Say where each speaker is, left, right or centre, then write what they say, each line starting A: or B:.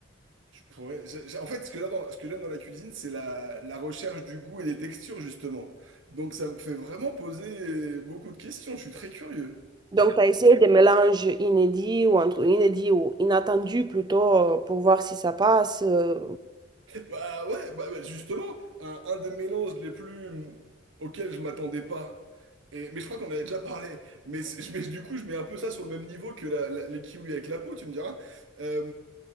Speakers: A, on the right (about 70°); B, on the right (about 20°).
A: Je pourrais. j'ai- j'ai- En fait, ce que j'aime dans, ce que j'aime dans la cuisine, c'est la... la recherche du goût et des textures, justement. Donc, ça me fait vraiment poser beaucoup de questions. Je suis très curieux.
B: Donc, tu as essayé des mélanges inédits ou entre inédits ou inattendus plutôt euh, pour voir si ça passe. euh.
A: Bah ouais, bah bah, justement, un, un des mélanges les plus hum, auxquels je m'attendais pas. Et, mais je crois qu'on en avait déjà parlé. Mais, c'est- je- mais du coup, je mets un peu ça sur le même niveau que la- la- les kiwis avec la peau, tu me diras. Euh,